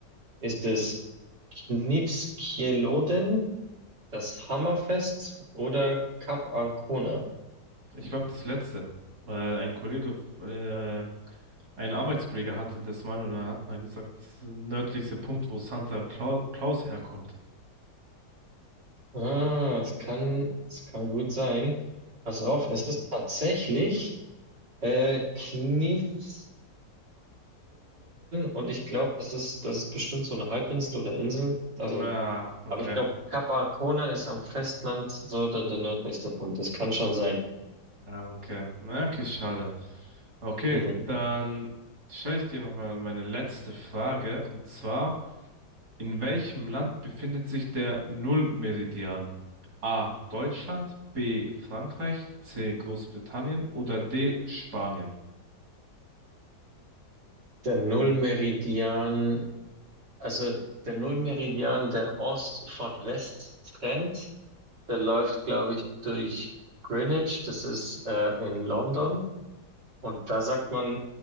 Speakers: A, on the right; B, on the right.
A: Ist es Knivskjelodden? Das Hammerfest oder Cap Arcona?
B: Ich glaube, das letzte. Weil ein Kollege, äh, ein Arbeitskollege hatte das mal und er hat mal gesagt, das ist der nördlichste Punkt, wo Santa Clau- Claus herkommt.
A: Ah, es kann, es kann gut sein. Pass auf, es ist tatsächlich äh, Knifskjelodden und ich glaube, das ist, das ist bestimmt so eine Halbinsel oder Insel.
B: Ah,
A: Also,
B: okay.
A: aber ich glaube, Kap Arkona ist am Festland so der, der nördlichste Punkt. Das kann schon sein.
B: Ah, okay. Na, okay, schade. Okay,
A: Mhm.
B: dann stelle ich dir nochmal meine letzte Frage. Und zwar, in welchem Land befindet sich der Nullmeridian? A. Deutschland, B. Frankreich, C. Großbritannien oder D. Spanien?
A: Der Nullmeridian, also der Nullmeridian, der Ost von West trennt. Der läuft, glaube ich, durch Greenwich, das ist äh, in London. Und da sagt man,